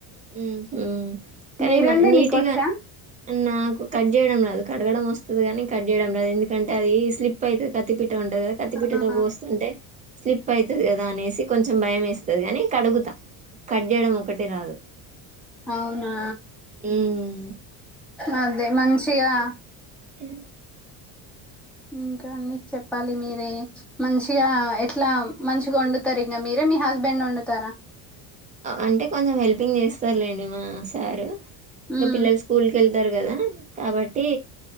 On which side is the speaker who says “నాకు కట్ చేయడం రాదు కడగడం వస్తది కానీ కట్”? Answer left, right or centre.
Right